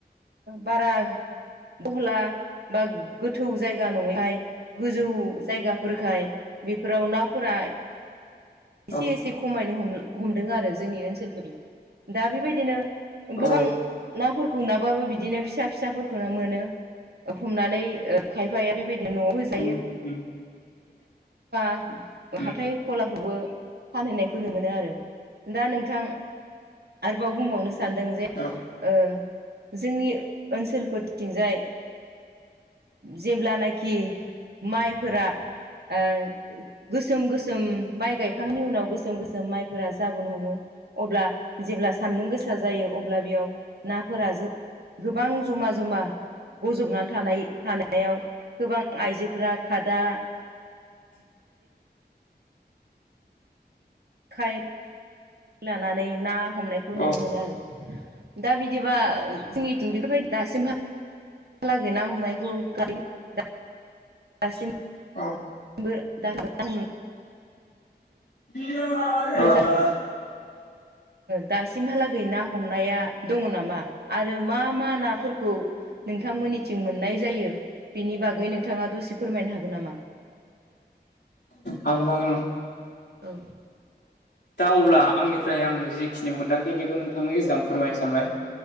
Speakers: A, on the right; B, on the left.
A: बारा <unintelligible> बा गोथौ जायगा नङैखाय गोजौ जायगाफोरखाय बेफोराव नाफोरा
B: औ
A: एसे एसे खमायनो हमदों आरो जोंनि ओनसोलफोरजों दा बेबायदिनो
B: औ
A: गोबां नाफोरखौ नाबाबो बिदिनो फिसा फिसाफोरखौनो मोनो। हमनानै ओ खायफाया बेबायदि न'आव बो
B: उम उम
A: <unintelligible>
B: उम
A: हाथाय खलाफ्रावबो फानहैनायखौ नुनो मोनो आरो दा नोंथां आरोबाव बुंबावनो सानदों जे
B: औ
A: ओ जोंनि ओनसोलफोरथिंजाय जेब्लानाखि माइफोरा आ गोसोम गोसोम माइ गाय बिखांनि उनाव गोसोम गोसोम माइफोरा जाबोनो हमो अब्ला जेब्ला सानदुं गो सा जायो अब्ला बेयाव नाफोरा जो गोबां जमा जमा बजबनानै थानाय थानायाव गोबां आइजोफोरा खादा खाय लानानै ना हमनायखौ नुनो
B: औ
A: मोनो आरो दा बिदिबा जोंनिथिं बेफोरबायदि दासिम हा लागै ना हमनायखौ <unintelligible>
B: औ
A: बो दा <inaudible>
B: औ
A: मोजां दासिमहालागै ना हमनाया दङ नामा आरो मा मा नाफोरखौ नोंथांमोननि थिं मोननाय जायो बिनि बागै नोंथाङा दसे फोरमायनो हागोन नामा?
B: हागोन हागोन उम।
A: औ
B: दा अब्ला आंनिफ्राय आं जिखिनि मोनदांदो बेखौ नोंथांनि गेजेराव फोरमायनो सानबाय।